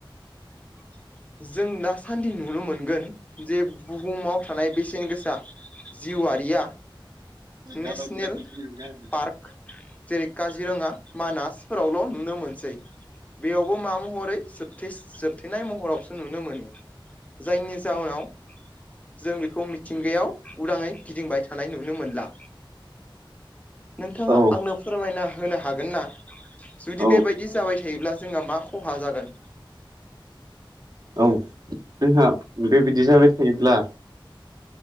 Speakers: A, on the left; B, on the right.
A: <inaudible> जों दासान्दि नुनो मोनगोन जे बुहुमाव थानाय बेसेन गोसा जिउआरिया
B: <unintelligible>
A: नेसनेल पार्क जेरै काजिरङा मानासफोरावल' नुनो मोनसै। बेयावबो मा महरै जोबथेस-जोबथेनाय महरावसो नुनो मोनो। जायनि जाहोनाव जों बेखौ मिथिंगायाव उदाङै गिदिंबाय थानाय नुनो मोनला। नोंथाङा
B: औ
A: आंनो फोरमायना होनो हागोन ना? जुदि
B: औ
A: बेबायदि जाबाय थायोब्ला जोंहा मा खहा जागोन?
B: औ जोंहा बेबायदि जाबाय थायोब्ला